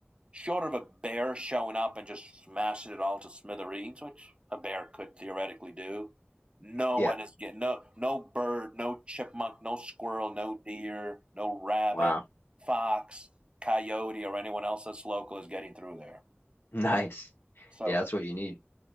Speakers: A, on the right (about 25°); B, on the left (about 65°).
A: short of a bear showing up and just smashing it all to smithereens, which a bear could theoretically do, no
B: Yeah.
A: one is getting no no bird, no chipmunk, no squirrel, no deer, no rabbit,
B: Wow.
A: fox, coyote, or anyone else that's local is getting through there.
B: Nice.
A: So
B: Yeah, that's what you need.